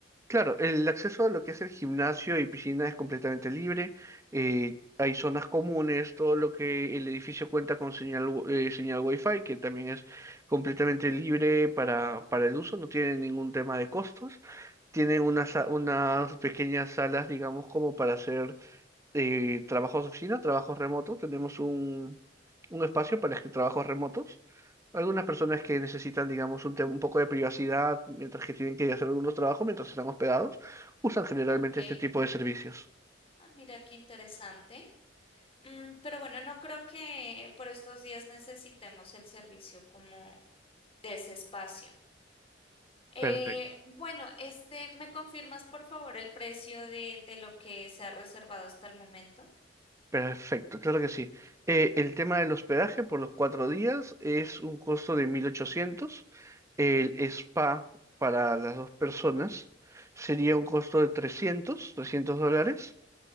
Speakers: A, on the right; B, on the left.
A: Claro, el acceso a lo que es el gimnasio y piscina es completamente libre. eh, hay zonas comunes, todo lo que el edificio cuenta con señal, wi- eh, señal Wi-Fi, que también es completamente libre para, para el uso, no tiene ningún tema de costos. Tienen unas, sa- unas pequeñas salas, digamos, como para hacer eh, trabajos de oficina, trabajos remotos. Tenemos un, un espacio para los que- trabajos remotos algunas personas que necesitan, digamos, un, te- un poco de privacidad mientras que tienen que hacer algunos trabajos, mientras están hospedados, usan generalmente
B: Ok,
A: este tipo de servicios.
B: ah, mira qué interesante. Mm, pero bueno, no creo que por estos días necesitemos el servicio como de ese espacio. Eh,
A: Perfecto.
B: bueno, este, ¿me confirmas por favor el precio de, de lo que se ha reservado hasta el momento?
A: Perfecto, claro que sí. Eh, el tema del hospedaje por los cuatro días es un costo de mil ochocientos El spa para las dos personas sería un costo de trescientos 300 dólares.